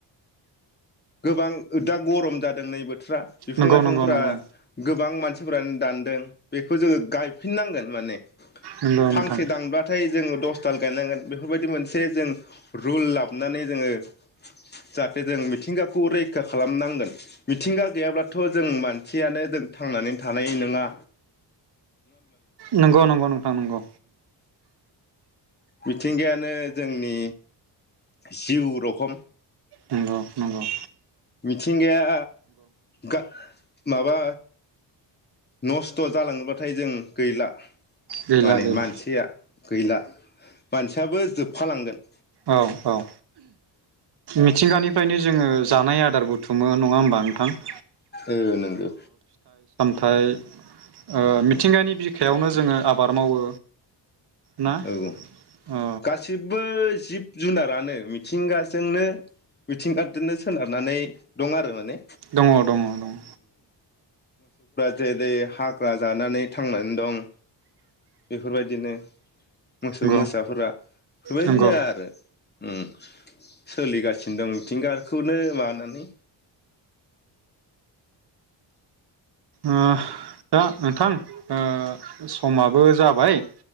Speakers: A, on the left; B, on the right.
A: गोबां ओ दा गरम जादों नै बोथ फ्रा बिफां
B: नंगौ
A: लाइफांफोरा
B: नंगौ नंगौ
A: गोब बां मानसिफोरानो दानदों बेख खौ जोङो गायफिननांगोन माने
B: नंगौ
A: फांसे
B: नोंथां
A: दानब्लाथाय जोङो दसथाल गायनांगोन बेफोरबायदि मोनसे जों रुल लाबनानै जोङो जाहाथे जों मिथिंगाखौ रैखा खालामनांगोन। मिथिंगा गैयाब्लाथ' जों मान सियानो जों थांनानै थानाय नोङा।
B: नंगौ नंगौ नोंथां नंगौ।
A: मिथिंगायानो जोंनि जिउ रोखम
B: नंगौ नंगौ‌।
A: मिथिंगाया गा माबा नस्थ' जालाङोबाथाय जों गैला।
B: गैला
A: माने
B: गैला
A: मानसिया गैला मानसियाबो जोबफालांगोन।
B: औ औ मिथिंगानि फ्रायनो जोङो जानाय आदार बुथुमो नङा होमबा नोंथां?
A: ओ नोंगो।
B: थाय ओ मिथिंगानि बिखायावनो जोङो आबाद मावो। ना
A: औ
B: ओ
A: गासिबो जिब जुनारानो मिथिंगाजोंनो मिथिंगादोनो सोनारनानै दं आरो माने
B: दङ दङ दङ उम
A: जेरे हाक जानानै थांनानै दं बेफोरबायदिनो मोसौ
B: नंगौ
A: मोसाफोरा बेफोरबायदिनो
B: नंगौ
A: आरो उम सोलिगासिनो दं मिथिंगाखौनो माबानानै।
B: ओ दा नोंथां ओ समाबो जाबाय।